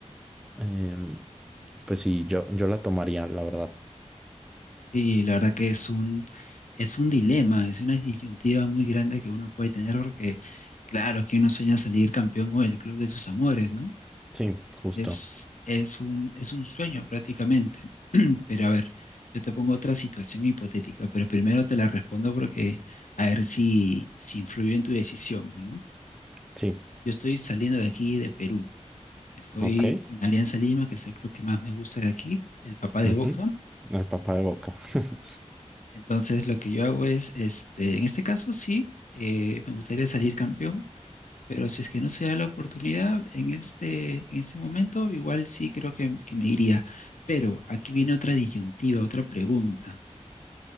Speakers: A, in the centre; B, on the left.
A: em, pues sí, yo, yo la tomaría, la verdad.
B: Y la verdad que es un, es un dilema, es una disyuntiva muy grande que uno puede tener porque, claro, que uno sueña salir campeón con el club de sus amores, ¿no?
A: Sí, justo.
B: Es, es un, es un sueño prácticamente. Pero a ver, yo te pongo otra situación hipotética, pero primero te la respondo porque a ver si, si influye en tu decisión, pues, ¿no?
A: Sí,
B: Yo estoy saliendo de aquí de Perú. Estoy
A: ok.
B: en Alianza Lima, que es el club que más me gusta de aquí, el papá de
A: ujú,
B: Boca.
A: El papá de Boca. <laughs>
B: Entonces lo que yo hago es, este, en este caso sí, eh, me gustaría salir campeón, pero si es que no se da la oportunidad en este, en este momento, igual sí creo que, que me iría. Pero aquí viene otra disyuntiva, otra pregunta.